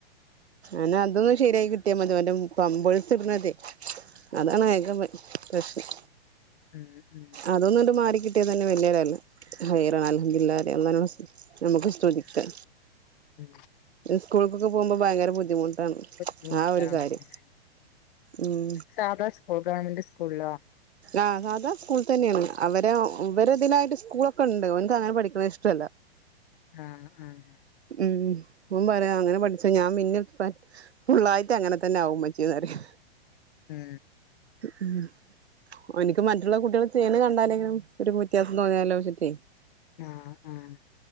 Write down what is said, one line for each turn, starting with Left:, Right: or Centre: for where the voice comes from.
Right: അനെ അതൊന്ന് ശരിയായി കിട്ടിയാ മതി മറ്റേ പമ്പൊയ്സിടുന്നതേ അതാണ് ഏക പ്രശ്നം
Left: ഉം ഉം
Right: അതൊന്നുണ്ട് മാറിക്കിട്ടിയ തന്നെ വലിയ <unintelligible> ഹൈറാണ് അൽഹമ്മദിലില്ലാഹ് <unintelligible> ഞമ്മക് സ്തുധിക്ക
Left: മ്
Right: സ്കൂളിക്കൊക്കെ പോകുമ്പോ ഭയങ്കര ബുദ്ധിമുട്ടാണ്.
Left: ബുദ്ധിമുട്ടാണ്ല്ലേ
Right: ആ ഒരു കാര്യം ഉം
Left: സാധാ സ്കൂളിലൊ ഗവൺമെന്റ് സ്കൂളിലൊ?
Right: ആഹ് സാധാ സ്കൂൾ തന്നെയാണ് അവരെ അവരെതിലായിട്ട് സ്കൂളൊക്കെ ഉണ്ട് ഓന്ക് അങ്ങനെ പഠിക്കുന്നത് ഇഷ്ടല്ല.
Left: ആഹ് ആഹ്.
Right: ഉം ഓൻ പറയാ അങ്ങനെ പഠിച്ച ഞാൻ പിന്നെ ഫുള്ളായിട്ട് അങ്ങനെ തന്നാവും മ്മച്ചീന്ന് പറയും
Left: ഉം
Right: ഉം ഒനിക്ക് മറ്റുള്ള കുട്ടികൾ ചെയ്യുന്ന കണ്ടാലെങ്കിലും ഒരു വ്യത്യാസം തോന്നിയാലോചെട്ടെ.
Left: ആഹ് ആഹ്